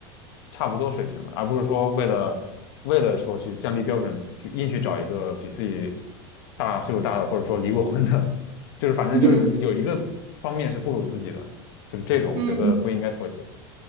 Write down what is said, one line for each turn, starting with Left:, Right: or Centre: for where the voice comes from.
Left: 差不多水平的，而不是说为了为了说去降低标准，去硬去找一个比自己大岁数大的，或者说离过婚的，就是反正就是有一个方面是不如自己的，
Right: 嗯嗯。
Left: 就是这种我觉得不应该妥协。
Right: 嗯